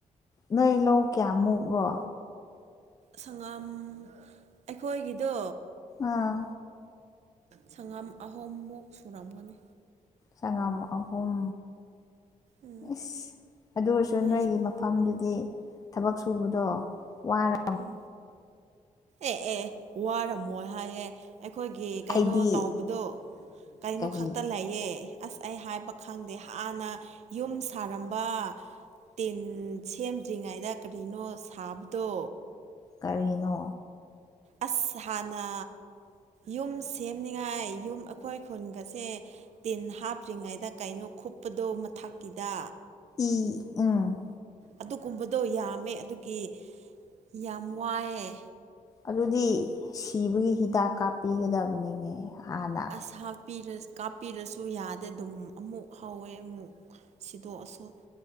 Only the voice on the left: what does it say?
ꯅꯣꯏ ꯂꯧ ꯀꯌꯥꯃꯨꯛꯔꯣ
ꯑꯥ
ꯁꯉꯥꯝ ꯑꯍꯨꯝ
ꯑꯁ ꯑꯗꯨꯑꯣꯢꯔꯁꯨ
ꯅꯣꯏꯒꯤ ꯃ ꯐꯝꯗꯨꯗꯤ ꯊꯕꯛ ꯁꯨꯕꯗꯣ ꯋꯥꯔ
ꯑꯩꯗꯤ
ꯀꯔꯤ
ꯀꯔꯤꯅꯣ
ꯏ ꯎꯝ
ꯑꯗꯨꯗꯤ ꯁꯤꯕꯒꯤ ꯍꯤꯗꯥꯛ ꯀꯥꯞꯄꯤꯒꯗꯕꯅꯤꯅꯦ ꯍꯥꯟꯅ